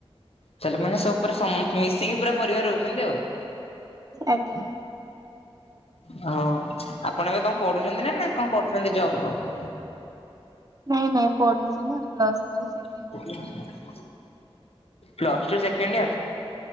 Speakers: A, on the left; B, on the right.
A: ତାହେଲେ ମାନେ ସବୁ ପୁରା <unintelligible> ମିଶିକି ପୁରା ପରିବାର ରହୁଛନ୍ତି ଆଉ।
B: ଆଜ୍ଞା।
A: ହଁ! ଆପଣ ଏବେ କଣ ପଢୁଛନ୍ତି ନା ନା କଣ କରୁଛନ୍ତି ଜବ୍ ଫବ୍?
B: ନାଇଁ ନାଇଁ ପଢୁଛି ନା ପ୍ଲସ ଥ୍ରୀ। ସେ
A: <inaudible> plus two second year.